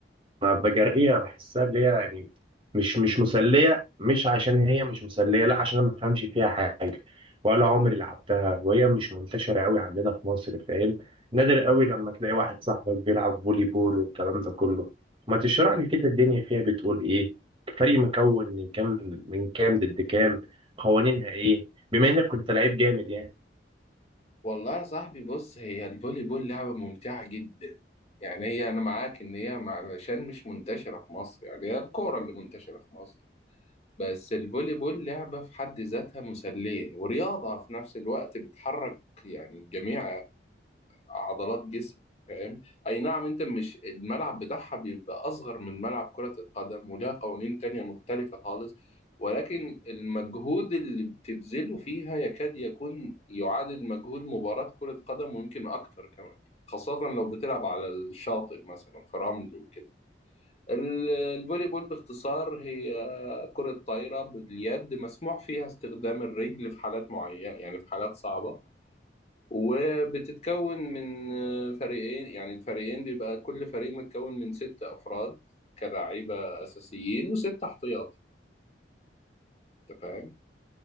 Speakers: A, on the right; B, on the left.
A: ما بجريها بحسها اللي هي يعني مش مش مسلية مش عشان هي مش مسلية لا عشان انا ما بفهمش فيها حاجة ولا عمري لعبتها وهي مش منتشرة قوي عندنا في مصر فاهم نادر قوي لما تلاقي واحد صاحبك بيلعب فولي بول والكلام ده كله ما تشرح لي كده الدنيا فيها بتقول ايه فريق مكون من كام من كام ضد كام قوانينها ايه بما انك كنت لعيب جامد يعني
B: والله يا صاحبي بص هي الفولي بول لعبة ممتعة جدا يعني هي انا معاك ان هي مع- علشان مش منتشرة في مصر يعني هي الكورة اللي منتشرة في مصر بس الفولي بول لعبة في حد ذاتها مسلية ورياضة في نفس الوقت بتحرك يعني جميع عضلات جسمك فاهم أي نعم أنت مش الملعب بتاعها بيبقى أصغر من ملعب كرة القدم ولها قوانين تانية مختلفة خالص ولكن المجهود اللي بتبذله فيها يكاد يكون يعادل مجهود مباراة كرة قدم ويمكن أكتر كمان خاصة لو بتلعب على الشاطئ مثلا في رمل وكده ال- الفولي بول باختصار هي كرة طايرة باليد مسموح فيها استخدام الرجل في حالات معينة يعني في حالات صعبة وبتتكون من فريقين يعني الفريقين بيبقى كل فريق متكون من ست أفراد كلاعيبة أساسيين وست احتياطي أنت فاهم؟